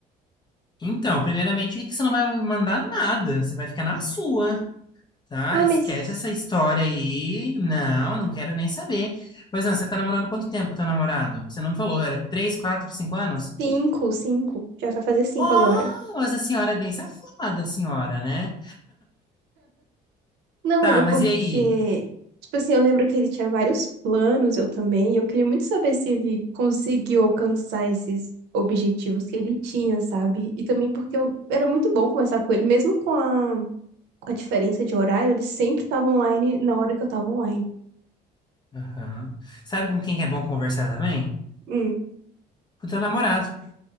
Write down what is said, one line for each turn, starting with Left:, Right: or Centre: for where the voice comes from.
Left: Então, primeiramente, que você não vai mandar nada. Você vai ficar na sua. Tá,
Right: Ah,
Left: esquece
Right: mas
Left: essa história aí. Não, não quero nem saber. Mas não, você tá namorando quanto tempo com teu namorado? Você não me falou, era três, quatro, cinco anos?
Right: cinco, cinco. Já vai fazer cinco
Left: Oh,
Right: agora.
Left: mas a senhora é bem safada, a senhora, né?
Right: Não,
Left: Tá,
Right: mas é
Left: mas
Right: porque,
Left: e aí?
Right: tipo assim, eu lembro que ele tinha vários planos, eu também. e Eu queria muito saber se ele conseguiu alcançar esses objetivos que ele tinha, sabe? E também porque eu era muito bom conversar com ele, mesmo com a com a diferença de horário, ele sempre tava online na hora que eu tava online.
Left: Aham. Sabe com quem que é bom conversar também?
Right: Hum.
Left: Com o teu namorado.